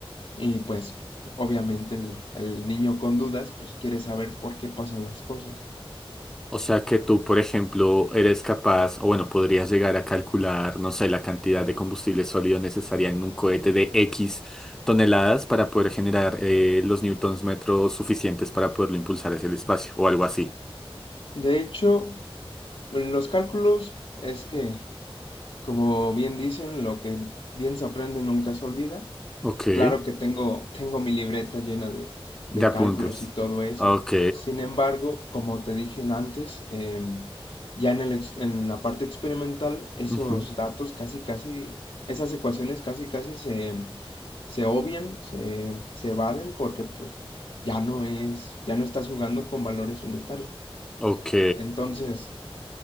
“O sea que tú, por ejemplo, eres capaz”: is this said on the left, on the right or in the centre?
Centre